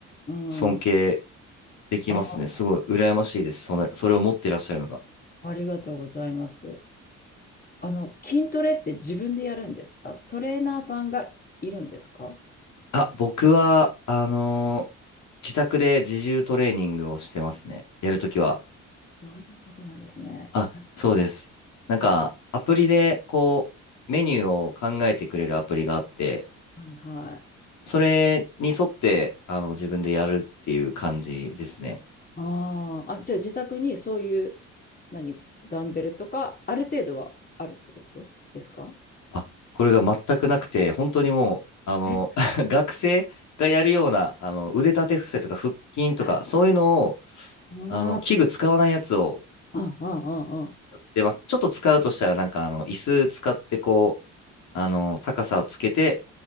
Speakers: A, on the left; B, on the left.
A: うん。
B: 尊敬できますね。
A: あ、
B: すごい羨ましいです。その、それを持ってらっしゃるのが。
A: ありがとうございます。あの、筋トレって自分でやるんですかトレーナーさんがいるんですか
B: あ、僕は、あのー自宅で自重トレーニングをしてますね。やるときは。
A: そういうことなんですね。
B: あ、
A: あ
B: そうです。なんか、
A: え、え
B: アプリで、こう、メニューを考えてくれるアプリがあって、
A: はいはい。
B: それに沿って、あの、自分でやるっていう感じですね。
A: ああー、あ、じゃあ自宅にそういう何、ダンベルとか、ある程度はあるってことですか
B: あ、これが全くなくて、本当にもう、あの、
A: え
B: <laughs> 学生がやるような、あの、腕立て伏せとか腹筋とか、
A: あ
B: そういうのを、
A: ああ、
B: あの、器具使わないやつを
A: あ、あ、ああ、
B: 出ます。ちょっと使うとしたら、なんか、あの、椅子使って、こう、あの、高さをつけて、